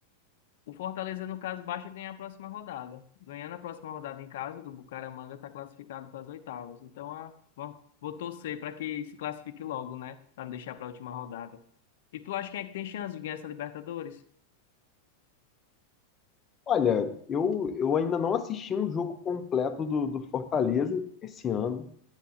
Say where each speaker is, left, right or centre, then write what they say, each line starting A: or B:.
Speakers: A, on the left; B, on the left.
A: o Fortaleza, no caso, basta ganhar a próxima rodada. Ganhando a próxima rodada em casa, do Bucaramanga está classificado para as oitavas. Então, ah, bom, vou torcer para que se classifique logo, né? Para não deixar para a última rodada. E tu acha quem é que tem chance de ganhar essa Libertadores?
B: Olha, eu, eu ainda não assisti um jogo completo do, do Fortaleza esse ano.